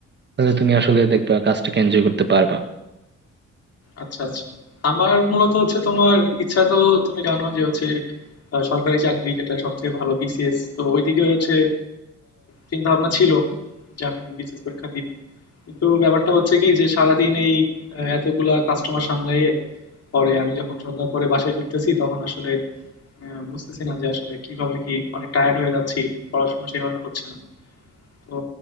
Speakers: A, on the right; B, on the left.
A: তাহলে তুমি আসলে দেখবা কাজটাকে এনজয় করতে পারবা
B: আচ্ছা আচ্ছা আমার মূলত হচ্ছে তোমার ইচ্ছা তো তুমি জানো যে হচ্ছে আহ, সরকারি চাকরি যেটা সব থেকে ভালো বিসিএস তো ওইদিকে হচ্ছে চিন্তা ভাবনা ছিল যে আমি বিসিএস পরীক্ষা দিব কিন্তু ব্যাপারটা হচ্ছে কি যে সারাদিন এই আহ, এতগুলা কাস্টমার সামলাইয়ে পরে আমি যখন সন্ধ্যার পরে বাসায় ফিরতেছি তখন আসলে আহ, বুঝতেছি না যে আসলে কিভাবে কি অনেক টায়ার্ড হয়ে যাচ্ছি পড়াশোনা সেভাবে হচ্ছে না তো